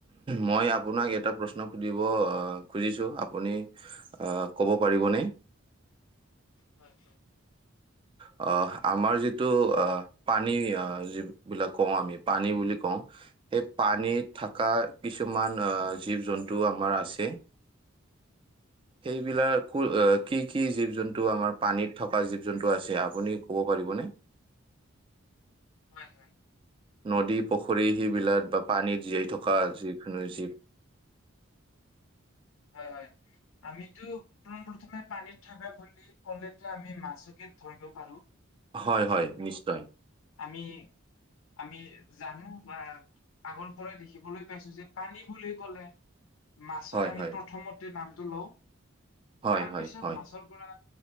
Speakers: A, on the right; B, on the left.
A: মই আপোনাক এটা প্ৰশ্ন সুধিব আ, খুজিছোঁ আপুনি আ, ক'ব পাৰিবনে?
B: হয় হয়।
A: আ, আমাৰ যিটো আ পানীযিবিলাক কওঁ, আমি পানী বুলি কওঁ সেই পানীত থকা কিছুমান জীৱ জন্তু আমাৰ আছে। সেইবিলাক কুল কি কি জীৱ জন্তু আমাৰ পানীত থকা জীৱ জন্তু আছে আপুনি ক'ব পাৰিবনে? <inaudible>
B: হয় হয়।
A: নদী, পুখুৰী
B: আমি
A: সেইবিলাক বা পানীত জীয়াই থকা যিকোনো জী
B: হয় হয়, আমিতো পোন প্ৰথমে পানী থাকা বুলি ক'লেতো আমি মাছকে ধৰিব পাৰোঁ।
A: হয় হয়, নিশ্চয়।
B: আমি আমি জানো বা আগৰপৰাই দেখিবলৈ পাইছো যে পানী বুলি ক'লে মাছক
A: হয়
B: আমি
A: হয়
B: প্ৰথমতে নামটো লওঁ,
A: হয়
B: তাৰপিছত
A: হয় হয়
B: মাছৰ পৰা